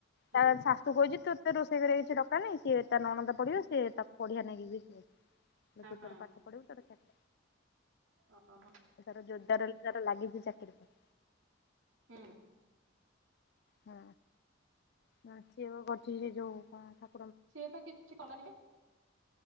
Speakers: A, on the right (about 70°); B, on the left (about 55°).
A: ଉଁ
B: ତା ଶାଶୁ କହିଛି ତୋତେ ରୋଷେଇ କରିବା କିଛି ଦକାର ନାହିଁ, ସିଏ ତା ନଣନ୍ଦ ପଢ଼ିବ ସିଏ ତାକୁ ପଢିଆ ନାକି ବି ହିଲା
A: ହଁ
B: ତୁ ତୋର ପାଠ ପଢିବୁ ତୋର ଚାକି,
A: ଓହୋ
B: ସେ ତାର ଯୋଦାର ଦାର ଲାଗିଛି ଚାକିରି ପାଇଁ।
A: ହଁ
B: ହଁ ନା ସିଏ ପା କରୁଛି ସେ ଯୋଉ କଣ ଥା
A: ସିଏ ତ କିଛି କଲାନି ବା।